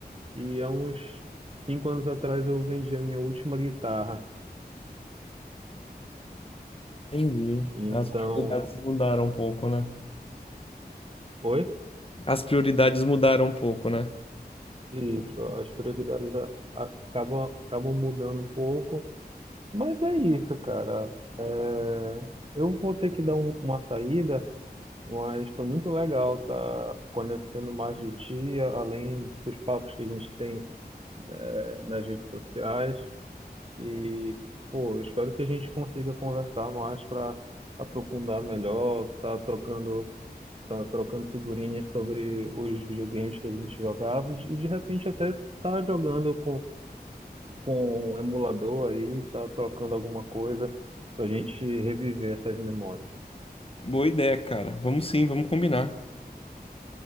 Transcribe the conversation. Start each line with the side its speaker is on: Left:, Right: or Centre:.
Right: e há uns cinco anos atrás eu vendi a minha última guitarra.
Left: Entendi.
Right: Então,
Left: As prioridades mudaram um pouco, né?
Right: Oi?
Left: As prioridades mudaram um pouco, né?
Right: Isso, as prioridades a- a- acabam, acabam mudando um pouco, mas é isso, cara. É, eu vou ter que dar um- uma saída, mas foi muito legal tá conhecendo mais de ti, além dos papos que a gente tem é, nas redes sociais. E, pô, eu espero que a gente consiga conversar mais para aprofundar melhor, tá trocando, tá trocando figurinhas sobre os videogames que a gente jogava e, de e de repente até tá jogando com com o emulador aí, tá trocando alguma coisa pra gente reviver essas memórias.
Left: Boa ideia, cara. Vamos sim, vamos combinar.